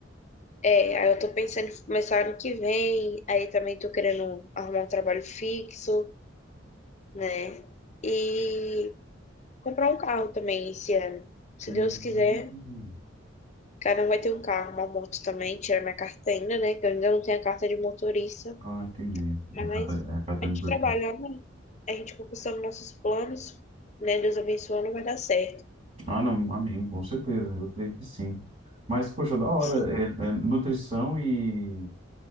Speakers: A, on the left (about 35°); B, on the right (about 35°).
A: É, aí eu tô pensando em começar ano que vem, aí também tô querendo arrumar um trabalho fixo, né? E comprar um carro também esse ano. Se
B: Hum.
A: Deus quiser, cada um vai ter um carro, uma moto também, tirar minha carta ainda, né? Que eu ainda não tenho a carta de motorista,
B: Ah, entendi.
A: mas
B: É cata- é catarina
A: a gente
B: de perfume.
A: trabalhando, a gente conquistando nossos planos, né? Deus abençoando, vai dar certo.
B: Ah, não, amém, com certeza, eu creio que sim. Mas, poxa, da hora,
A: Sim.
B: é, é nutrição e